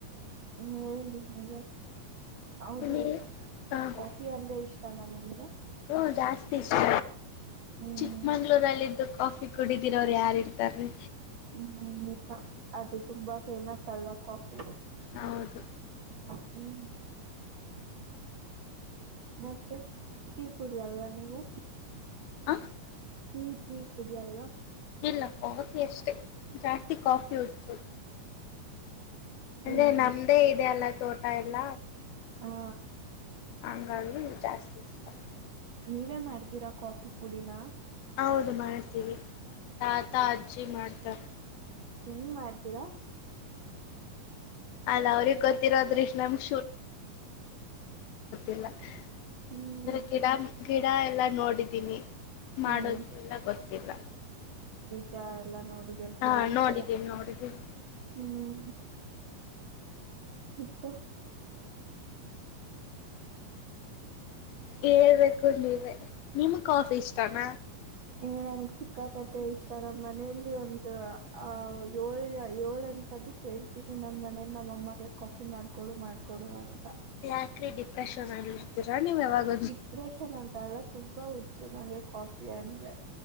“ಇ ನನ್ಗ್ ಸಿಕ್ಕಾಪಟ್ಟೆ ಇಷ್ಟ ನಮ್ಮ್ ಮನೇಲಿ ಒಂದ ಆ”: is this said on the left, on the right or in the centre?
Right